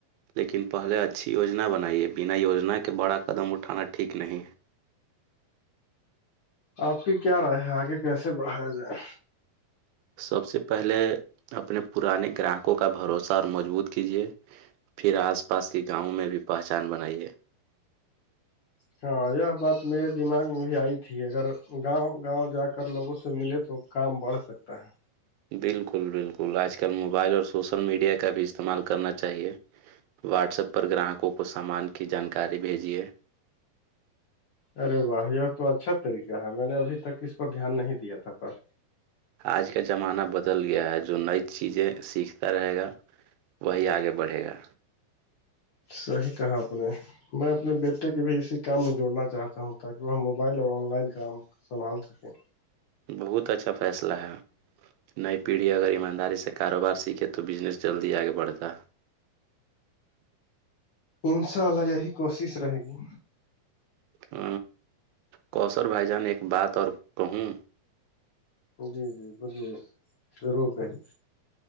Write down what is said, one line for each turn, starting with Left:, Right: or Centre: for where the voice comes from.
Right: لیکن پہلے اچھی یوجنا بنائی ہے بنا یوجنا کے بڑا قدم اٹھانا ٹھیک نہیں ہے
Left: آپ کی کیا رائے ہے آگے کیسے بڑھایا جائے
Right: سب سے پہلے اپنے پرانے گراہکوں کا بھروسہ اور مضبوط کیجیے پھر آس پاس کے گاؤں میں بھی پہچان بنائیے
Left: ہاں یہ بات میرے دماغ میں بھی آئی تھی اگر گاؤں گاؤں جا کر لوگوں سے ملے تو کام بڑھ سکتا ہے
Right: بالکل بالکل آج کل موبائل اور سوشل میڈیا کا بھی استعمال کرنا چاہیے واٹسپ پر گراہکوں کو سامان کی جانکاری بھیجیے
Left: ارے واہ یہ تو اچھا طریقہ ہے میں نے ابھی تک اس پر دھیان نہیں دیا تھا پر
Right: آج کا زمانہ بدل گیا ہے جو نئی چیزیں سیکھتا رہے گا وہی آگے بڑھے گا
Left: صحیح کہا آپ نے میں اپنے بیٹے کے بھی اسی کام میں جوڑنا چاہتا ہوں تاکہ وہ موبائل اور آن لائن کام سنبھال سکیں
Right: بہت اچھا فیصلہ ہے نئی پیڑھی اگر ایمانداری سے کاروبار سیکھے تو بزنس جلدی آگے بڑھتا
Left: انشاء اللہ یہی کوشش رہے گی
Right: ہ کوشر بھائی جان ایک بات اور کہوں
Left: جی جی بلیے ضرور کہیے